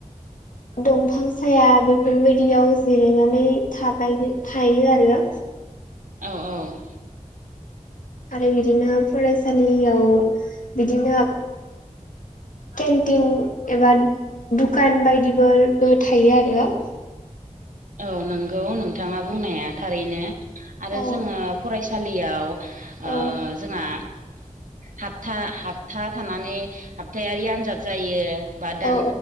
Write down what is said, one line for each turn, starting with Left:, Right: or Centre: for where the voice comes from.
Left: दंफां साया बेफोरबायदियाव जिरायनान नै थाबायनो थायो आरो
Right: औ औ
Left: आरो बिदिनो फरायसालियाव बिदिनो केन्टिन एबा दुकान बायदिबोरबो थायो आरो
Right: औ नंगौ नोंथाङा बुंनाया थारैनो आरो
Left: औ
Right: जोङो फरायसालियाव ओ
Left: औ
Right: जोंहा हाबथा हाबथा थानानै हाबथायारि आनजाद जायो। बा दान
Left: औ